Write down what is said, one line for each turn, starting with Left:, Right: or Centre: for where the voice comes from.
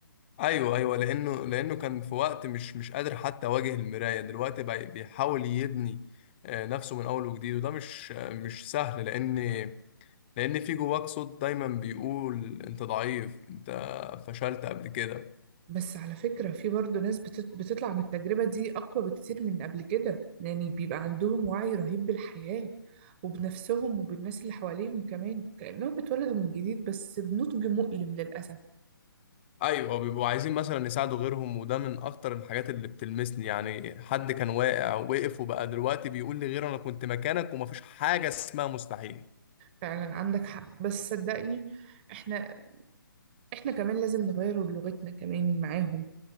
Left: ايوه ايوه لانه لانه كان في وقت مش مش قادر حتى يواجه المرايه دلوقتي بقى بيحاول يبني آه، نفسه من اول وجديد وده مش آه، مش سهل لان لأن في جواك صوت دايما بيقول أنت ضعيف أنت فشلت قبل كده
Right: بس على فكرة في برضه ناس بتت- بتطلع من التجربة دي أقوى بكتير من قبل كده يعني بيبقى عندهم وعي رهيب بالحياة وبنفسهم وبالناس اللي حواليهم كمان كأنهم بيتولدوا من جديد بس بنضج مؤلم للأسف
Left: أيوة بيبقوا عايزين مثلا يساعدوا غيرهم وده من أكتر الحاجات اللي بتلمسني يعني حد كان واقع ووقف وبقى دلوقتي بيقول لي غير أنا كنت مكانك ومفيش حاجة اسمها مستحيل
Right: فعلا عندك حق بس صدقني احنا احنا كمان لازم نغير لغتنا كمان معاهم